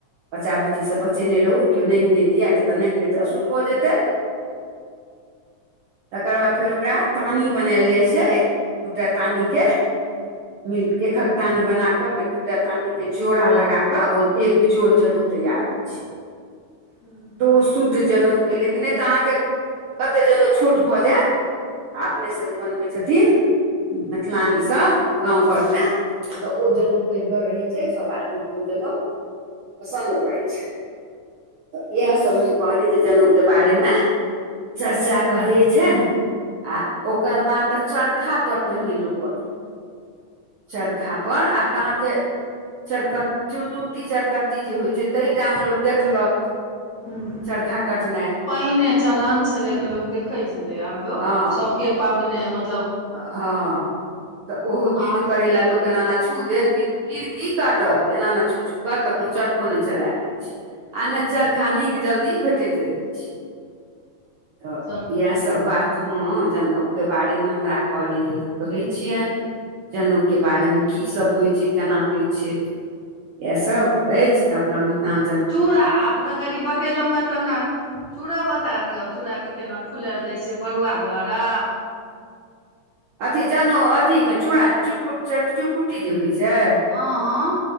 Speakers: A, on the right (about 70°); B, on the left (about 55°).
A: बच्चा बुच्चीसँ बचेने रहू, कियो नाइंघ नहि दियैए, किया तऽ नाइंघ देत त अशुद्ध भऽ जेतै। <inaudible> तकर बाद फेर ओकरा तानी बनायल जाइ छै, दू टा तानीके। मिल्प एखक तानी बना क, फेर दू टा तानी के जोड़ा लगा क, ओ एक जोड़ जनऊ तैयार होइ छै।
B: हम्म
A: तऽ ओ शुद्ध जनऊ भेलै नहि तऽ अहाँके कते जनउ छोट भऽ जैत। आ अपनेसँ जे बनबै छथिन, मैथिलानीसबगाँव घरमे तऽ ओ जनेऊ पैघगर रहै छै, सब आदमीकेँ ओ जनेउ पसन्द पड़ै छैन। तऽ यैहसभ हम कहलियै जे जनउके बारेमे चर्चा कहैै छैनि आ ओकर बाद तऽ चरखा पर पहिने लोक कटै चरखा पर आब तऽ अहाँके चरकट चुरकुट्टी चरकट्टी जे होइ छै तइ टा मे लोक देखलक
B: हूँ
A: चरखा कटनाइ।
B: पहिने चलान छलै तऽ लोक देखै छलै आब लोग
A: हँ
B: शोके पाबैने मत
A: हँ तऽ ओहो विध
B: आर
A: करैलै लोक एना एना छू देत पीर पीर की काटत एना एना छू
B: हूँ
A: छू क <unintelligible> चर को नै चलैल होइ छै आ
B: हूँ
A: ने चरखा नीक जल्दी भेटैत रहै छै। तऽ
B: चलू
A: यैह सब बात हँ जनउ के बारेमे हमरा कहलियै जे ककहै छियनि जनउके बारेमे कीसभ होइ छै केना होइ छै। यैह सभ अछि तब <unintelligible>
B: चूड़ा आब तऽ कनि बतेलौंए तऽ हमरा चूड़ो बता दिय चूड़ाके केना फुलैल जाइ छै बरुआ द्वारा
A: अथी जनउ अथीमे चूड़ा चुरकुट चुरकुट्टी जे होइ छै।
B: हँ हँ